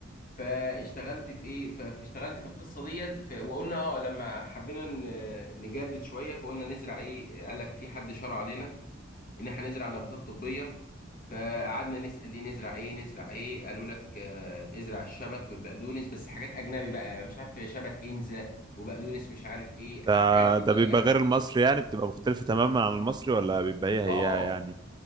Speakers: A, on the left; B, on the right.
A: فاشتغلت في ايه ف- فاشتغلت في القصه ديت ف- وقلنا اه لما حبينا ن- نجدد شويه فقلنا نزرع ايه قال لك في حد شرع علينا ان احنا نزرع نباتات طبيه فقعدنا نسال ليه نزرع ايه نزرع ايه قالوا لك آه، ازرع الشبت والبقدونس بس حاجات اجنبي بقى مش عارف شبت انزا وبقدونس مش عارف ايه
B: ده
A: آه، حاجات كده
B: ده بيبقى غير المصري يعني بتبقى مختلفة تماما عن المصري ولا بيبقى هي هي
A: اه
B: يعني